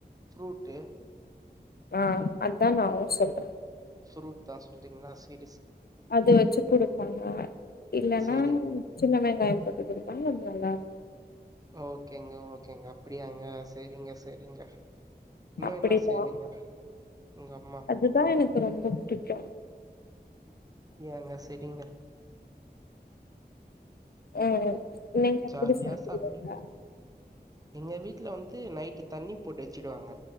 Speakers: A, on the right (about 20°); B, on the left (about 65°).
A: ஃபுரூட்டு்
B: ஆ அத்தா நானு சொல்றே
A: ஃப்ரூட் தா சொல்றீங்களா சீ்
B: அது வச்சு குடுப்பாங்க இல்லேன்னா
A: செரிங்க
B: சின்ன வெங்காயம் போட்டு குடுப்பாங்க கொஞ்ச நல்லா இருக்கு
A: ஓகேங்க ஓகேங்க அப்டியாங்க செரிங்க செரிங்க இன்னு
B: அப்டிதா
A: என்ன செய்வீங்க உங்க அம்மா
B: அதுதா எனக்கு ரொம்ப பிடிக்கு
A: அப்டியாங்க செரிங்க
B: ம் நீங்க எப்படி
A: ஜாலியா
B: சாப்பிடுவீங்க
A: சாப்டிங்க எங்க வீட்ல வந்து நைட்டு தண்ணி போட்டு வச்சிடுவாங்க